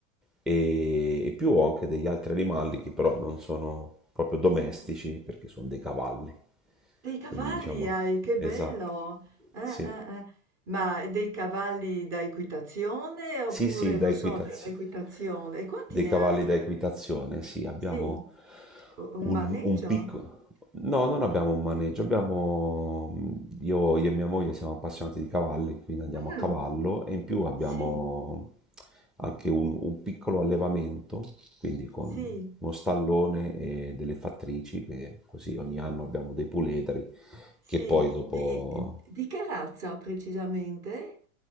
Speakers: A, in the centre; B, on the right.
A: E, e più ho anche degli altri animali che però non sono proprio domestici perché sono dei cavalli,
B: dei cavalli
A: quindi diciamo,
B: hai, che
A: esatto,
B: bello. Eh,
A: sì,
B: eh, eh. Ma dei cavalli da equitazione oppure,
A: sì, sì,
B: non
A: da equitazione.
B: so, dell'equitazione? E quanti
A: Dei
B: ne
A: cavalli
B: hai?
A: da equitazione, sì, abbiamo
B: Sì, U- un
A: un,
B: maneggio?
A: un piccolo... No,
B: Sì.
A: non abbiamo un maneggio, abbiamo... Io, io e mia moglie siamo appassionati di cavalli, quindi andiamo
B: Mh,
A: a cavallo e in più abbiamo
B: sì,
A: anche un, un piccolo allevamento, quindi con
B: sì,
A: uno stallone e delle fattrici, che così ogni anno abbiamo dei puledri
B: sì.
A: che poi dopo...
B: Di di che razza precisamente?